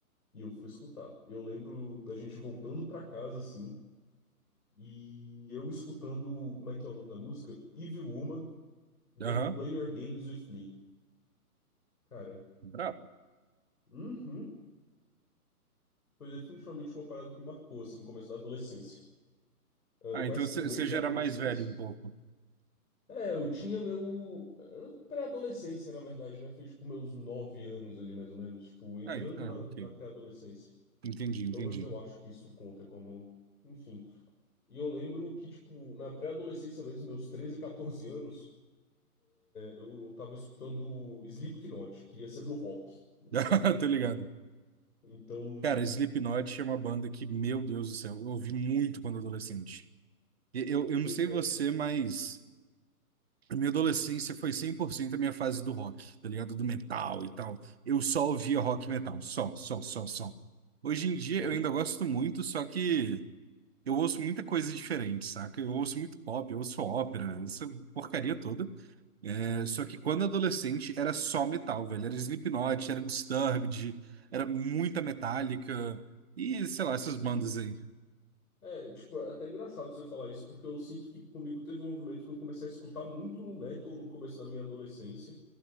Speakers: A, on the left (about 70°); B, on the right (about 40°).
A: E eu fui escutar. E eu lembro da gente voltando pra casa assim. E eu escutando, como é que é o nome da música? Evil Woman, Don't
B: Aham.
A: Play Your Games With Me. Cara,
B: Brabo.
A: uhum, foi definitivamente uma parada que me marcou, assim, no começo da adolescência. Ah,
B: Ah,
A: e mais
B: então você
A: pro meio
B: você já
A: da adolescência.
B: era mais velho um pouco.
A: É, eu tinha meu. ah, Pré-adolescência, na verdade, né? Foi tipo meus nove anos ali, mais ou menos. Tipo, entrando
B: Ah, en- ah,
A: na,
B: ok.
A: na pré-adolescência.
B: Entendi, entendi.
A: Pelo menos eu acho que isso conta como. Enfim. E eu lembro que, tipo, na pré-adolescência mesmo, meus 13, 14 anos. Eu, eu tava escutando Slipknot, queria ser do rock,
B: <laughs>
A: sabe?
B: Tô ligado.
A: Então,
B: Cara, Slipknot é uma banda que, meu Deus do céu, eu ouvi muito quando adolescente. E- Eu, eu
A: pois
B: não sei
A: é,
B: você, mas a minha adolescência foi 100% a minha fase do rock, tá ligado? Do metal e tal. Eu só ouvia rock e metal. Só, só, só, só. Hoje em dia
A: sei,
B: eu ainda gosto muito, só que. Eu ouço muita coisa diferente, saca? Eu ouço muito pop, eu ouço ópera, essa porcaria toda. É, só que quando adolescente era só metal, velho. Era Slipknot, era Disturbed, era muita Metallica e, sei lá, essas
A: sim.
B: bandas aí.
A: É, tipo, é até engraçado você falar isso, porque eu sinto que comigo teve um movimento que eu comecei a escutar muito no metal no começo da minha adolescência.